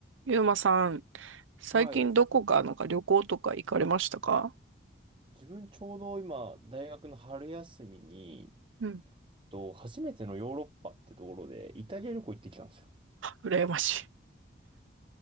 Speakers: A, on the right (about 80°); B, on the right (about 25°).
A: ゆうまさん、最近どこかなんか旅行とか行かれましたか
B: はい。自分ちょうど今、大学の春休みに、
A: うん。
B: と、初めてのヨーロッパってところで、イタリア旅行行ってきたんですよ。
A: 羨まし